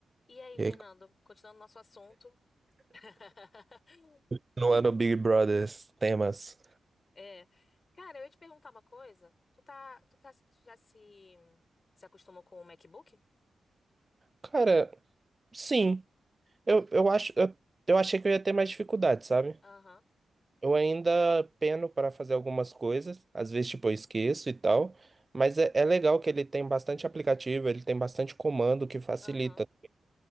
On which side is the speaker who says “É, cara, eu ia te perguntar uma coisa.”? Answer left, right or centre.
Left